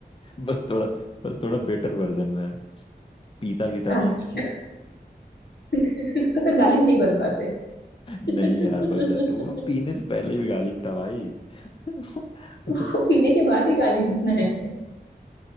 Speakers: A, on the left; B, on the left.
A: बस थोड़ा बस थोड़ा बेटर वर्जन में पीता वीता
B: अच्छा
A: नहीं
B: <laughs> तो
A: <laughs>
B: फिर गालिब नहीं बन पाते
A: नहीं
B: <laughs>
A: यार बन जाते वो पीने से पहले भी गालिब था भाई <laughs> मतलब
B: वो पीने के बाद ही गालिब बना है